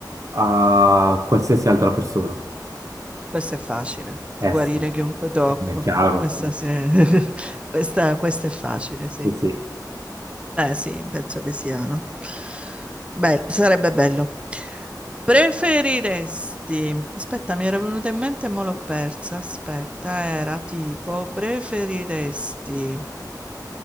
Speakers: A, on the right; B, on the right.
A: a qualsiasi altra persona?
B: Questo è facile,
A: Eh
B: guarire
A: sì,
B: chiunque tocco.
A: è chiaro,
B: Questa,
A: sì.
B: sì- <laughs> questa, questa è facile, sì.
A: Eh sì.
B: Beh, sì, penso che siano. Beh, sarebbe bello. Preferiresti, aspetta, mi era venuta in mente e mo l'ho persa. Aspetta, era tipo, preferiresti